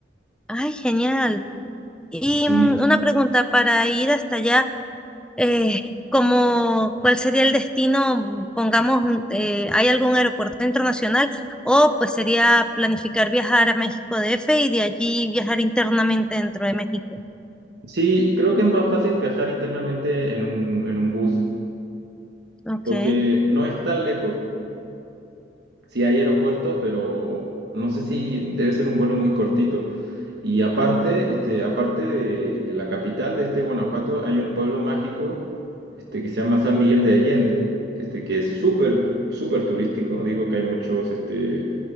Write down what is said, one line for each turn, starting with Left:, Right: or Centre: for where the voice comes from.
Centre: ay, genial. Y
Right: Sí,
Centre: mm, una pregunta para ir hasta allá. eh, como cuál sería el destino, pongamos, un- eh, ¿hay algún aeropuerto internacional? O pues sería planificar viajar a México DF y de allí viajar internamente dentro de México.
Right: sí, creo que es más fácil viajar internamente en un, en un bus,
Centre: okay
Right: porque no es tan lejos. Sí, hay aeropuerto, pero no sé si debe ser un vuelo muy cortito. Y aparte, este, aparte de, de la capital de este Guanajuato, hay un pueblo mágico, este, que se llama San Miguel de Allende, este, que es súper, súper turístico. Digo que hay muchos, este,